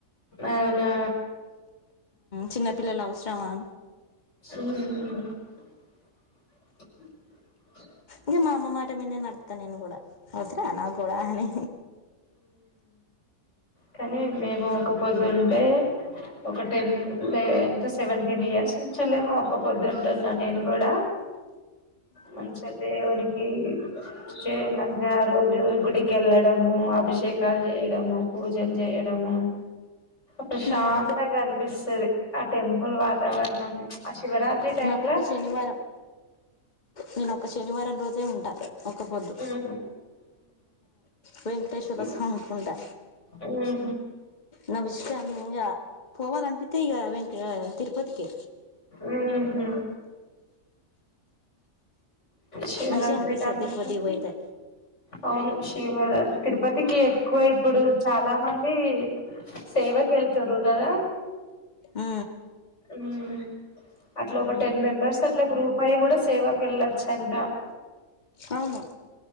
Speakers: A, on the left; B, on the left.
A: అవునా
B: చిన్నపిల్లలు అవసరమా
A: ఉహు
B: కా మా అమ్మ మాట మీన్నే నడతా నేను కూడా అవసరమా నాకూడా అని
A: కానీ మేము ఒక పొద్దుంటే ఒక టెన్ లే ఎంట సెవెంటీన్ ఇయర్స్ నుంచలేమో ఒక్కపోద్దుంటున్నా నేను కూడా మంచ దేవునికి చేయమను రోజు గుడికి వెళ్ళడము అభిషేకాలు చేయడము పూజలు చేయడము ప్రశాంతంగా
B: ఉమ్.
A: అనిపిస్తుంది ఆ టెంపుల్ వాతావరణం శివరాత్రి టైమ్
B: నాకు
A: లా
B: ఒక్క శనివారం నేను ఒక శనివారం రోజే ఉంటాను ఒక్క పొద్దు
A: ఉమ్
B: వెంకటేశ్వర
A: ఉహు
B: స్వామికి ఉంటా
A: ఉహు
B: నవ్ ఇష్ట పోవాల అన్పితే ఇంకా తిరుపతికి
A: ఉహు శివరాత్రి
B: మంచిగా అనిపిస్తాది
A: తర్వాత
B: తిరుపతి పోయితే
A: అవును శివ తిరుపతికి ఎక్కువ ఇప్పుడు చాలా మంది సేఫ్ ఇవకెళ్తరుగదా
B: ఉ
A: ఉ అట్లా ఒక టెన్ మెంబర్స్ అట్లా గ్రూప్ అయ్యి కూడా సేవాకి వెళ్ళొచ్చ అంట
B: అవును